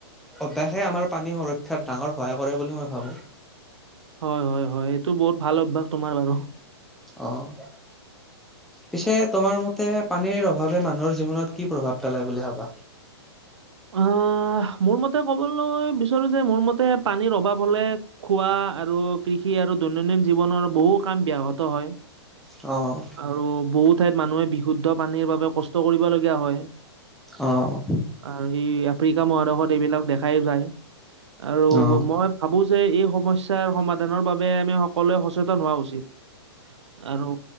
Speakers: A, in the centre; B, on the right (about 85°).
A: অভ্যাসে আমাৰ পানী সুৰক্ষাত ডাঙৰ সহায় কৰে বুলি মই ভাবোঁ।
B: হয়, হয়, হয় এইটো বহুত ভাল অভ্যাস তোমাৰ বাৰু।
A: অ' পিছে তোমাৰ মতে পানীৰ অভাৱে মানুহৰ জীৱনত কি প্ৰভাৱ পেলাই বুলি ভাবা?
B: আহ' মোৰ মতে কবলৈ বিচাৰো যে মোৰ মতে পানীৰ অভাৱ হলে খোৱা আৰু কৃষি আৰু দৈনন্দিন জীৱনৰ বহু কাম ব্য্য়াহত হয়।
A: অ'
B: আৰু বহু ঠাইত মানুহে বিশুদ্ধ পানীৰ বাবে কষ্ট কৰিবলগীয়া হয়।
A: অ'
B: আৰু ই আফ্ৰিকা মহাদেশত এইবিলাক দেখাই যায়। আৰু
A: অ
B: মই ভাবো যে এই সমস্যাৰ সমাধানৰ বাবে আমি সকলোৱে সচেতন হোৱা উচিত। আৰু